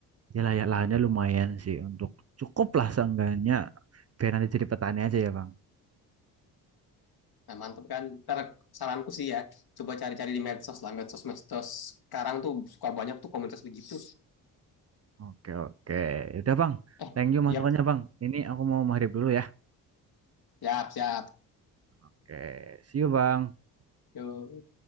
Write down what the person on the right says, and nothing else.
ya layak lahannya lumayan sih untuk cukup lah seenggaknya biar nanti jadi petani aja ya, Bang.
Oke, oke. Udah, Bang.
Thank you
masukannya, Bang. Ini aku mau maghrib dulu ya.
Oke, see you Bang.